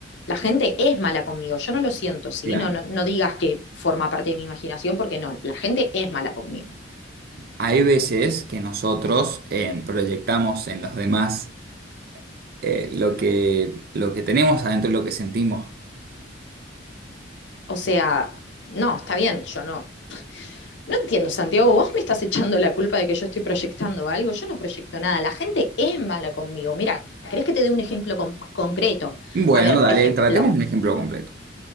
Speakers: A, on the left (about 70°); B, on the right (about 50°).
A: La gente es mala conmigo, yo no lo siento, ¿sí?
B: claro,
A: No, no, no digas que forma parte de mi imaginación, porque no, la gente es mala conmigo.
B: hay veces que nosotros em, proyectamos en los demás eh, lo que, lo que tenemos adentro y lo que sentimos.
A: O sea, no, está bien, yo no, No entiendo, Santiago, vos me estás echando la culpa de que yo estoy proyectando algo, yo no proyecto nada, la gente es mala conmigo. Mira, ¿querés que te dé un ejemplo con- concreto?
B: Bueno,
A: A ver,
B: dale,
A: por ejemplo,
B: tratemos un ejemplo completo,